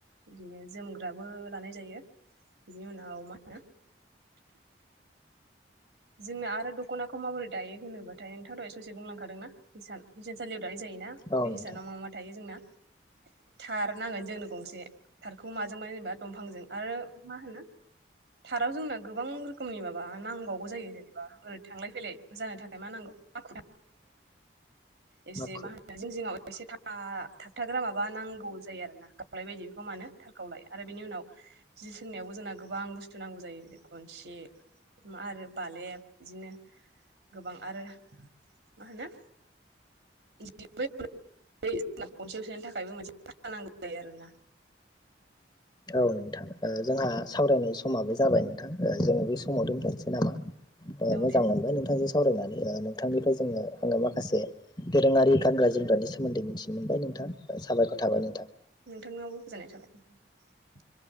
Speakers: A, on the right; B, on the left.
A: बिदिनो जोमग्राबो लानाय जा यो बिनि उनाव मा होनो जोंना आरो दख'नाखौ माबोरै दायो होनोबाथाय नोंथां' ए स'से बुंलांखादोंनाा हिसान हिसानसालियाव दानाय जायोना
B: औ
A: बे
B: नोंथां
A: हिसानाव माा मा थायो जोंना थार नांगोन जोंनो गंसे थारखौ माजों मानो जेनेबा दंफांजों आरो मा होनो थाराव जोंना गोबां रोखोमनि माबा नांबाव गौ जायो जेनेबा ओरै थांलाय जानो जानो थाखाय मा नांगौ माखु एसे
B: माखु
A: मा होनो जों जिं जिंडाव एसे थाआ थाबथाग्रा माबा नांगौ जायो आरोना गावलाय बायदि बेखौ मानो थारखावलाय आरो बिनि उनाव जि सोंनायावबो जोंना गोबां बुस्थु नांगौ जायो जेरै खनसि आरो बालेब बिदिनो गोबां आरो मा होनो जों खनसेयाव सोननि थाखायबो मोनसेा नांगौ जायो आरोना
B: औ नोंथां जोंहा सावरायनाय समाबो ज जाबाय नोंथां जोङो बे समाव दोनथ'सै नामा
A: औ
B: मोजां
A: दे नोंथां
B: मोनबाय नोंथांजों सावरायनानै नोंथांनिफ्राय जोङो आङो माखासे दोरोङारि गानग्रा जोमग्रानि सोमोन्दै मिथिनो मोनबाय नोंथां साबायखर थाबाय नोंथां
A: नोंथांनावबो गोजोननाय थाबाय नोंथां